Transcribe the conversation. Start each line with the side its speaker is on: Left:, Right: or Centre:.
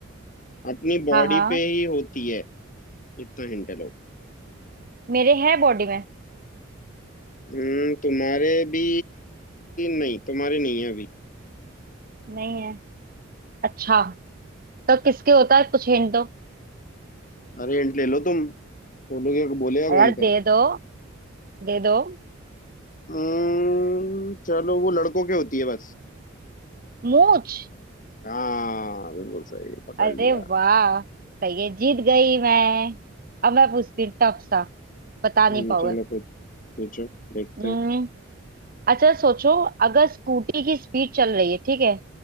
Left: अपनी बॉडी
Right: हाँ हाँ
Left: पे ही होती है इतना हिंट लो
Right: मेरे है बॉडी में
Left: हम्म, तुम्हारे भी नहीं तुम्हारे नहीं है अभी
Right: नहीं है अच्छा तो किसके होता है कुछ हिंट दो
Left: अरे हिंट ले लो तुम बोलोगे बोलेगा
Right: अरे यार
Left: कौन फिर
Right: दे दो दे दो
Left: हम्म, चलो वो लड़कों के होती है बस
Right: मूछ
Left: हाँ बिल्कुल सही पकड़
Right: अरे
Left: लिया
Right: वाह सही है जीत गई मैं अब मैं पूछती हूँ टफ सा बता नहीं
Left: हम्म,
Right: पाओगे
Left: चलो कुछ पूछो देखते
Right: हम्म
Left: हैं
Right: अच्छा सोचो अगर स्कूटी की स्पीड चल रही है ठीक है